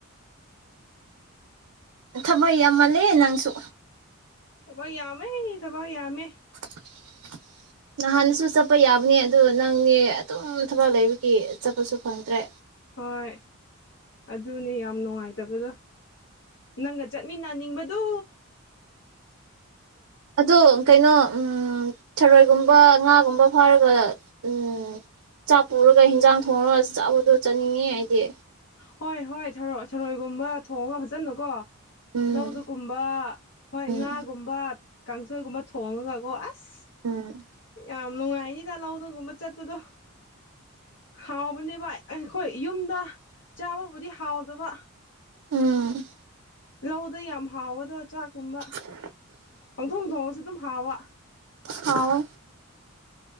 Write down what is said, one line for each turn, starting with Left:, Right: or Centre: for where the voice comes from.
Right: ꯊꯕꯛ ꯌꯥꯝꯃꯜꯂꯦ ꯅꯪꯁꯨ
Left: ꯊꯕꯛ ꯌꯥꯝꯃꯦ ꯊꯕꯛ ꯌꯥꯝꯃꯦ
Right: ꯬ <inaudible> ꯅꯍꯥꯟꯁꯨ ꯆꯠꯄ ꯌꯥꯕꯅꯦ ꯑꯗꯨ ꯅꯪꯒꯤ ꯑꯗꯨꯝ ꯊꯕꯛ ꯂꯩꯕꯒꯤ ꯆꯠꯄꯁꯨ ꯐꯪꯗ꯭ꯔꯦ
Left: ꯍꯣꯏ ꯑꯗꯨꯅꯦ ꯌꯥꯝ ꯅꯨꯡꯉꯥꯏꯇꯕꯗꯣ ꯅꯪꯒ ꯆꯠꯃꯤꯟꯅꯅꯤꯡꯕꯗꯨ
Right: ꯑꯗꯣ ꯀꯩꯅꯣ ꯊꯥꯔꯣꯏꯒꯨꯝꯕ ꯉꯥꯒꯨꯝꯕ ꯐꯥꯔꯒ ꯎꯝ ꯆꯥꯛ ꯄꯨꯔꯒ ꯍꯤꯟꯖꯥꯡ ꯊꯣꯡꯉꯒ ꯆꯥꯕꯗꯣ ꯆꯥꯅꯤꯡꯉꯦ ꯑꯩꯗꯤ
Left: ꯍꯣꯏ ꯍꯣꯏ ꯊꯔꯣꯏ ꯊꯥꯔꯣꯏꯒꯨꯝꯕ ꯊꯣꯡꯉꯒ ꯐꯖꯟꯅꯀꯣ
Right: ꯎꯝ
Left: ꯂꯧꯗꯒꯨꯝꯕ ꯍꯣꯏ
Right: ꯎꯝ
Left: ꯉꯥꯒꯨꯝꯕ ꯀꯥꯡꯁꯣꯏꯒꯨꯝꯕ ꯊꯣꯡꯉꯒꯀꯣ ꯑꯁ
Right: ꯎꯝ
Left: ꯌꯥꯝ ꯅꯨꯡꯉꯥꯏꯅꯤꯗ ꯂꯧꯗꯒꯨꯝꯕ ꯆꯠꯄꯗꯣ ꯍꯥꯎꯕꯅꯦꯕ ꯑꯩꯈꯣꯏ ꯌꯨꯝꯗ ꯆꯥꯕꯕꯨꯗꯤ ꯍꯥꯎꯇꯕ
Right: ꯎꯝ
Left: ꯂꯧꯗ ꯌꯥꯝ ꯍꯥꯎꯕꯗ ꯆꯥꯛꯀꯨꯝꯕ
Right: <inaudible>
Left: ꯄꯪꯊꯣꯡ ꯊꯣꯡꯉꯁꯨ ꯑꯗꯨꯝ ꯍꯥꯎꯕ
Right: ꯍꯥꯎꯋꯦ